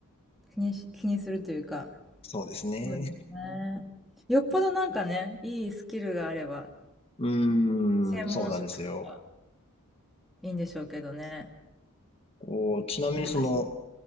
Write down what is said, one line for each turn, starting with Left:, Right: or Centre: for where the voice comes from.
Centre: 気にし、気にするというか、
Left: そうですね。
Centre: そうですね。よっぽどなんかね、
Left: <laughs>
Centre: いいスキルがあれば、
Left: う
Centre: 専門職とか
Left: ーん、そうなんですよ。
Centre: いいんでしょうけどね。
Left: こう、ちなみにその、
Centre: 難しい。